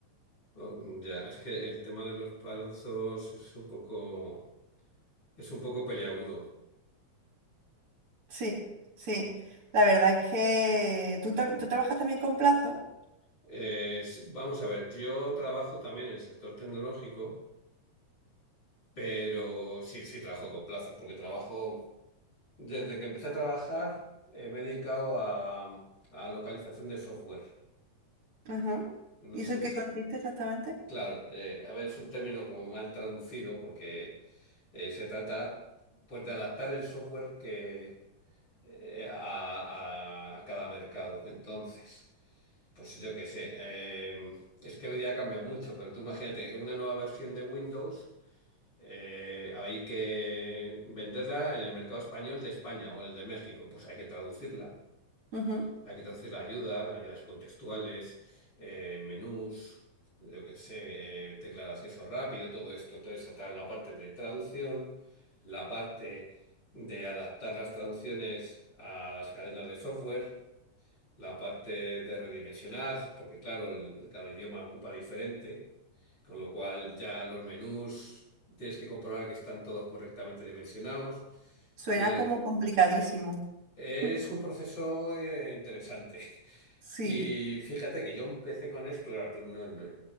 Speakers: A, on the left; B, on the right.
A: O- mm, Ya, es que el tema de los plazos es un poco, es un poco peliagudo.
B: Sí, sí. La verdad es que tú, tam- tú trabajas también con plazo.
A: Es- vamos a ver, yo trabajo también en el sector tecnológico Pero sí, sí trabajo con plazos, porque trabajo, desde que empecé a trabajar, eh, me he dedicado a, a localización de software.
B: Ujú.
A: No
B: ¿Y
A: sé,
B: eso en qué
A: si-
B: consiste exactamente?
A: claro, eh, a ver, es un término como mal traducido, porque eh, se trata pues de adaptar el software que, eh, a, a- a cada mercado. Entonces, pues yo qué sé, eh, es que hoy día ha cambiado mucho, pero tú imagínate una nueva versión de Windows. eh, hay que venderla en el mercado español de España o el de México. Pues hay que traducirla.
B: Ujú.
A: Hay que traducir la ayuda, ayudas contextuales, eh, menús, yo que sé, eh, tecla de acceso rápido, todo esto. Toda esa tal, la parte de traducción, la parte de adaptar las traducciones a las cadenas de software la parte de redimensionar, porque claro, el- cada idioma ocupa diferente, con lo cual ya los menús tienes que comprobar que están todos correctamente dimensionados.
B: Suena
A: Tiene-
B: como complicadísimo.
A: es
B: <laughs>
A: un proceso eh, interesante. <laughs>
B: Sí,
A: Y fíjate que yo empecé con esto, claro, tú no- no-